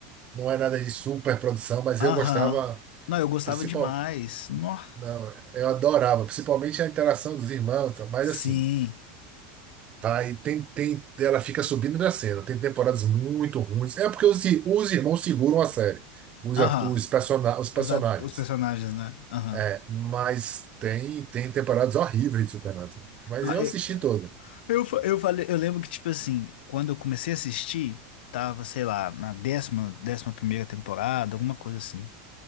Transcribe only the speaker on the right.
Não é nada de super produção, mas
eu gostava,
principal,
não, eu adorava, principalmente a interação dos irmãos, tá? mas
assim, vai, tem, tem, ela fica subindo e descendo, tem temporadas muito ruins, é porque os, os irmãos seguram a série, os,
atu- os, persona, os personagens.
É, mas tem, tem temporadas horríveis de Supernatural. Mas
eu
assisti toda.